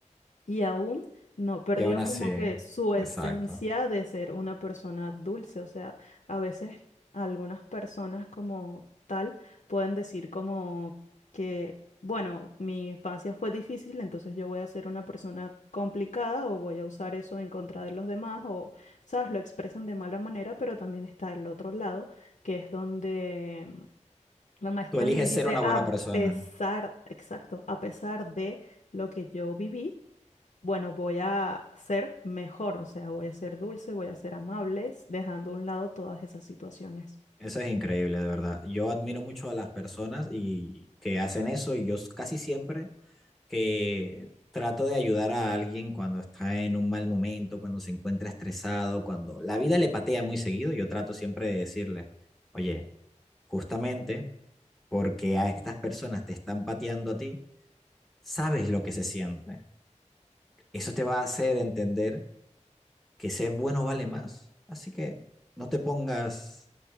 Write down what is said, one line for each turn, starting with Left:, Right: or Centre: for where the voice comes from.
Left: y aún no perdió
Centre: Y aún así,
Left: como que su esencia
Centre: exacto.
Left: de ser una persona dulce. O sea, a veces algunas personas como tal pueden decir como que, bueno, mi infancia fue difícil, entonces yo voy a ser una persona complicada o voy a usar eso en contra de los demás o, ¿sabes? Lo expresan de mala manera, pero también está el otro lado, que es donde mm, la maestra
Centre: Tú eliges
Left: Miel dice,
Centre: ser una
Left: a
Centre: buena persona.
Left: pesar, exacto, a pesar de lo que yo viví bueno, voy a ser mejor, o sea, voy a ser dulce, voy a ser amables, dejando a un lado todas esas situaciones.
Centre: Eso es increíble, de verdad. Yo admiro mucho a las personas y que hacen eso y yo s- casi siempre que trato de ayudar a alguien cuando está en un mal momento, cuando se encuentra estresado, cuando la vida le patea muy seguido, yo trato siempre de decirle, oye, justamente porque a estas personas te están pateando a ti, sabes lo que se siente. Eso te va a hacer entender que ser bueno vale más. Así que no te pongas